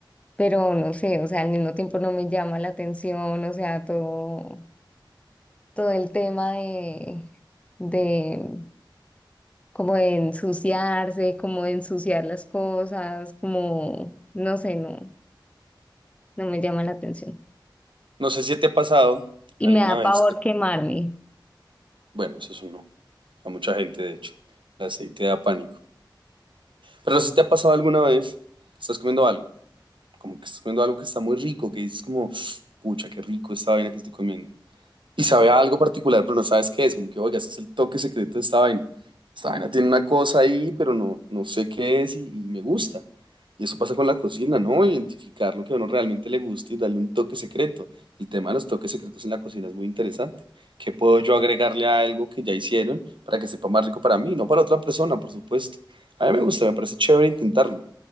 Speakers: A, on the left (about 15°); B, on the right (about 75°).
A: pero no sé, o sea, al mismo tiempo no me llama la atención, o sea, todo, todo el tema de... de como de ensuciarse, como de ensuciar las cosas, como, no sé, no, no me llama la atención.
B: No sé si te ha pasado
A: Y
B: alguna
A: me da
B: vez
A: pavor
B: que-
A: quemarme.
B: bueno, eso es un no, a mucha gente de hecho, el aceite da pánico. Pero si te ha pasado alguna vez que estás comiendo algo como que estás comiendo algo que está muy rico, que dices como, pucha, qué rico esta vaina que estoy comiendo. Y sabe a algo particular, pero no sabes qué es, como que, oiga, este es el toque secreto de esta vaina. Esta vaina tiene una cosa ahí, pero no, no sé qué es y, y me gusta. Y eso pasa con la cocina, ¿no? Identificar lo que a uno realmente le gusta y darle un toque secreto. El tema de los toques secretos en la cocina es muy interesante. ¿Qué puedo yo agregarle a algo que ya hicieron para que sepa más rico para mí? No para otra persona, por supuesto. A mí me gusta, me parece chévere intentarlo.